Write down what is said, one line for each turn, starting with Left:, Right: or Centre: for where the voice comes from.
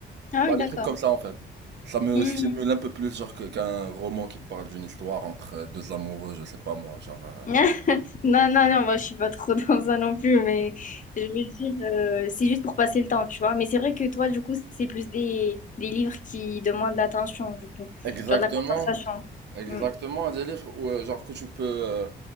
Left: Ah
Right: bah
Left: oui,
Right: des
Left: d'accord.
Right: trucs comme ça en fait. Ça me
Left: Mm.
Right: stimule un peu plus, genre, que- qu'un roman qui parle d'une histoire entre euh, deux amoureux, je sais pas moi, genre. euh,
Left: <laughs> Non, non, non, moi je suis pas trop <laughs> dans ça non plus, mais je veux dire, euh, c'est juste pour passer le temps, tu vois. Mais c'est vrai que toi, du coup, c'est plus des, des livres qui demandent de l'attention, du coup,
Right: Exactement,
Left: genre de la concentration.
Right: exactement,
Left: Mm.
Right: des livres où, euh, genre, que tu peux, euh,